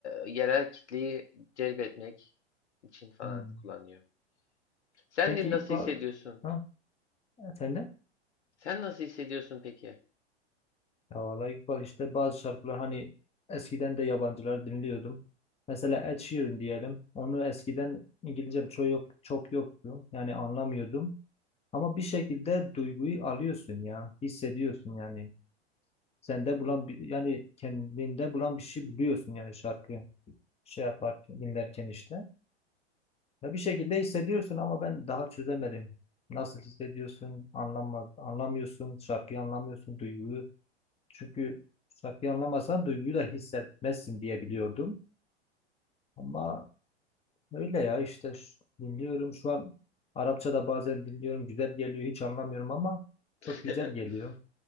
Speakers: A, on the left; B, on the left.
A: yerel kitleyi celbetmek için falan
B: Hmm.
A: kullanıyor. Sen
B: Peki
A: de nasıl
B: İkbal,
A: hissediyorsun?
B: ha? Efendim?
A: Sen nasıl hissediyorsun peki?
B: Ya vallahi İkbal işte bazı şarkılar hani eskiden de yabancılar dinliyordum. Mesela Ed Sheeran diyelim. Onu eskiden İngilizcem çok yok, çok yoktu. Yani anlamıyordum. Ama bir şekilde duyguyu alıyorsun ya. Hissediyorsun yani. Sende bulan bir, yani kendinde bulan bir şey biliyorsun yani şarkıyı şey yaparken dinlerken işte. Ya bir şekilde hissediyorsun ama ben daha çözemedim. Nasıl hissediyorsun? Anlamaz, anlamıyorsun. Şarkıyı anlamıyorsun, duyguyu. Çünkü şarkıyı anlamasan duyguyu da hissetmezsin diye biliyordum. Ama öyle ya işte ş- dinliyorum şu an Arapça da bazen dinliyorum. Güzel geliyor. Hiç anlamıyorum ama çok
A: <laughs>
B: güzel geliyor.